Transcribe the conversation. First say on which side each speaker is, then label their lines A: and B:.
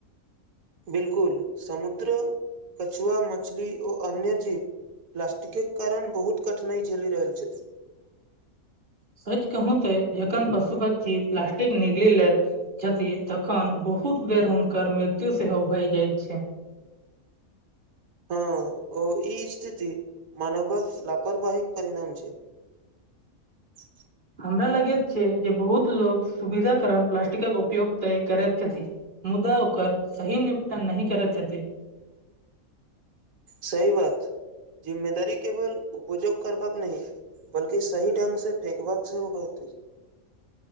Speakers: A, on the right; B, on the right.
A: बिलकुल समुद्र कछुआ मछली ओ अन्य जीव प्लास्टिकक कारण बहुत कठिनाइ झेली रहल छथिन
B: सच कहू ते जखन पशु पक्षी प्लास्टिक निगली लेत छथि तखन बहुत बेर हुनकर मृत्यु सेहो भय जाय छै
A: हँ ओ ई स्थिति मानवक लापरवाहिक परिणाम छै <inaudible>
B: हमरा लगैत छै जे बहुत लोग सुविधा कारण प्लास्टिकक उपयोग तय करैत छथिन मुदा ओकर सही निपटान नहि करैत छथि
A: सहि बात जिम्मेदारी केवल उपयोग करबाक नहि बल्कि सही ढंग से फेकबाक सेहो होइत अछि